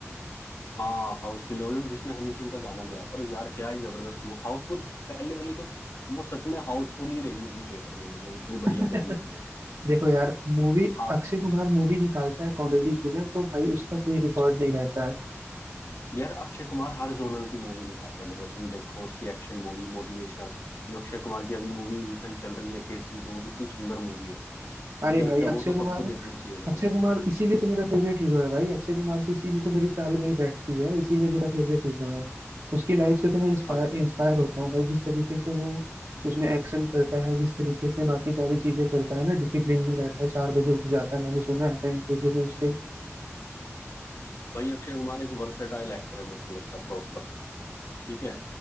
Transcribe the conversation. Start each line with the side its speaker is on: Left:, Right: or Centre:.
Left: हाँ हाउसफुल जिसमें हनी सिंह का गाना भी आया पर यार क्या ही जबरदस्त हाउसफुल पहले वाली तो वो सच में हाउसफुल ही रही होगी थिएटर में मतलब इतनी बढ़िया
Right: <laughs>
Left: मूवी थी वो
Right: देखो यार मूवी
Left: हाँ,
Right: अक्षय कुमार मूवी निकालता है कॉमेडी की ना तो भाई उसका कोई रिकॉर्ड नहीं रहता है
Left: यार अक्षय कुमार हर जोनर की मूवी निकाल रहा है मतलब तुम देखो उसकी एक्शन मूवी मोटिवेशनल जो अक्षय कुमार की अभी मूवी रिसेंट चल रही है केसरी टू वो कितनी सुंदर मूवी है
Right: अरे
Left: मुझे
Right: भाई
Left: लगता है
Right: अक्षय
Left: वो तो
Right: कुमार
Left: सबको देखनी चाहिए भाई
Right: अक्षय कुमार इसीलिए तो मेरा फेवरेट हीरो है भाई अक्षय कुमार से इसीलिए तो मेरी तालमेल बैठती है इसीलिए मेरा फेवरेट हीरो है उसकी लाइफ से तो मैं इंस्पायर
Left: अब
Right: इंस्पायर होता हूँ भाई जिस तरीके से वो उसमें एक्शन करता है जिस तरीके से बाकी सारी चीजें करता है ना डिसिप्लिन में रहता है चार बजे उठ जाता है मैंने सुना है इंटरव्यू में उसके
Left: भाई अक्षय कुमार एक वर्सेटाइल एक्टर है मेरे को लगता है प्रॉपर ठीक है